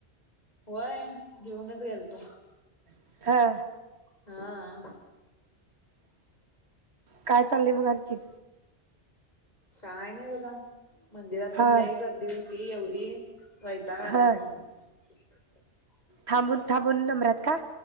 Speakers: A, on the left; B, on the right.
A: होय घेऊनच गेलतो
B: हा
A: हा
B: काय चाललंय मग आणखीन
A: काय नई बघा मंदिरात तेन
B: हा
A: लई गर्दी होती येवढी वैताग आला
B: हा
A: जाऊन <inaudible>
B: थांबून थांबून नंबरात का